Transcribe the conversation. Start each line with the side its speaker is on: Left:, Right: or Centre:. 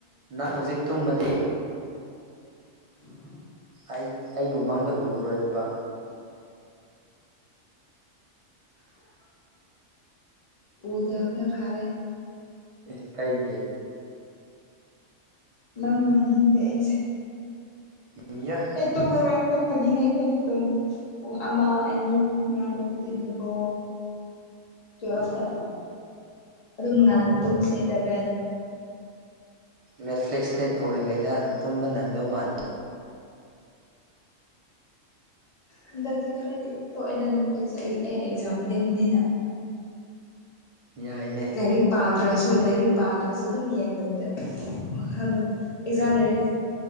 Right: ꯅꯪ ꯍꯧꯖꯤꯛ ꯇꯨꯝꯃꯗꯤ
Left: <inaudible>
Right: ꯑꯩ ꯑꯩꯕꯨ ꯃꯪꯗ ꯎꯔꯔꯣꯏꯕ
Left: ꯎꯗꯕꯅ ꯐꯔꯦ
Right: ꯏꯁ ꯀꯩꯒꯤ
Left: ꯅꯪ ꯃꯥꯟꯅꯤꯡꯗꯦ ꯑꯩꯁꯦ
Right: ꯑꯩꯌꯥ
Left: ꯑꯩ ꯇꯨꯝꯃꯔꯣꯏ ꯑꯩꯈꯣꯏ ꯐꯥꯒꯤꯅꯦ ꯑꯩꯈꯣꯏꯗꯤ ꯇꯨꯝ ꯄꯨꯡ ꯑꯃ ꯑꯅꯤ ꯉꯥꯡꯕ ꯑꯗꯨꯗꯤ ꯕꯣꯔꯣ ꯇꯨꯋꯦꯜꯐꯇ ꯑꯗꯨꯝ ꯉꯟꯅ ꯇꯨꯝꯁꯦ ꯏꯂꯕꯦꯟ
Right: ꯅꯦꯠꯐ꯭ꯂꯤꯛꯁꯇ ꯇꯧꯔꯤꯉꯩꯗ ꯇꯨꯝꯕ ꯅꯪꯗꯧ ꯃꯥꯟꯗꯦ
Left: ꯍꯟꯗꯛꯇꯤ ꯈꯔꯗꯤ ꯇꯣꯛꯑꯦꯗ ꯅꯦꯠꯐ꯭ꯂꯤꯛꯁꯁꯦ ꯑꯩ ꯑꯩ ꯑꯦꯛꯖꯥꯝ ꯂꯩꯕꯅꯤꯅ
Right: ꯌꯥꯏꯅꯦ
Left: ꯂꯥꯏꯔꯤꯛ ꯄꯥꯗ꯭ꯔꯁꯨ ꯂꯥꯏꯔꯤꯛ ꯄꯥꯗ꯭ꯔꯁꯨ ꯑꯗꯨꯝ ꯌꯦꯡꯗꯕꯤꯗ ꯑꯗꯣ ꯑꯦꯛꯖꯥꯝ ꯂꯩꯔꯗꯤ